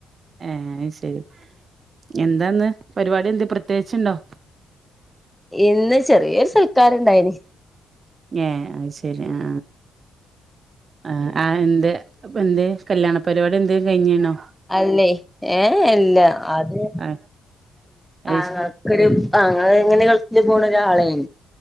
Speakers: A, on the right; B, in the centre.
A: ഏഹ് ശെരി എന്താന്ന് പരിപാടി എന്ത് പ്രത്യേകിച്ചുണ്ടോ
B: ഇന്ന് ചെറിയൊരു സൽക്കാാര ഇണ്ടായിന്.
A: ഏ അത് ശരി ആ. ആ ആ എന്ത് എന്ത് കല്യാണ പരിപാടി എന്ത് കഴിഞ്ഞണോ.
B: അല്ലേ ഏഹ അല്ല അത്
A: ആ അത്
B: ആങ്ങ.
A: ശ
B: ആ എങ്ങനെ ഗൾഫില് പോണ ഒരാളൊണ്.